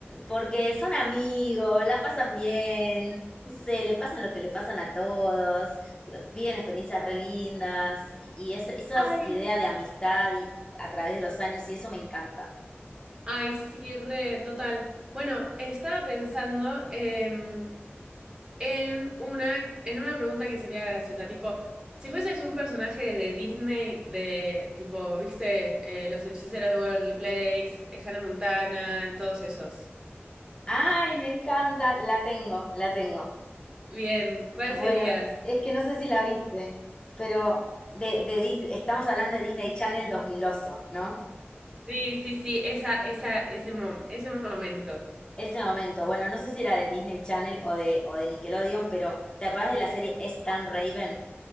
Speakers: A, on the left (about 20°); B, on the right (about 20°).
A: Porque son amigos, la pasan bien, no sé, le pasan lo que le pasan a todos, pero viven experiencias re lindas y, y esa, esas
B: Ay,
A: ideas de amistad y, y a través de los años y eso me encanta.
B: ay, sí, re, total. Bueno, estaba pensando em, en una, en una pregunta que sería graciosa, tipo, si fueses un personaje de Disney, de tipo, viste, Eh, Los Hechiceros de Waverly Place, eh, Hannah Montana y todos esos.
A: Ay, me encanta, la tengo, la tengo.
B: Bien, ¿cuál serías?
A: Bueno, es que no sé si la viste, pero de, de Dis- estamos hablando de Disney Channel 2000 oso, ¿no?
B: Sí, sí, sí, esa, esa, ese mom- ese momento.
A: Ese momento, bueno, no sé si era de Disney Channel o de, o de Nickelodeon, pero ¿te acordás de la serie Es tan Raven?